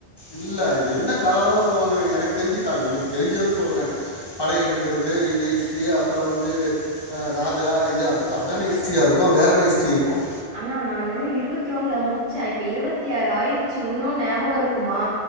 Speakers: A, on the left; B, on the right.
A: இல்ல என்ன கதலாதான் சொல்லுவாங்க எனக்கு தெரிஞ்சு தான் எனக்கு தெரிஞ்சதான் சொல்றேன் படை எடுக்கிறது இது ஹிஸ்ட்ரி அப்பறம் வந்து ஆ ராஜா இது அது அதானே ஹிஸ்ட்ரியியா இருக்கும் வேற என்ன ஹிஸ்ட்ரி இருக்கும்
B: ஆண்ணி நானு இருபத்தி ஒண்ணுல முடிச்சேன் இப்ப இருபத்தி ஆறு ஆயிருச்சு இன்னும் ஞாபகம் இருக்குமா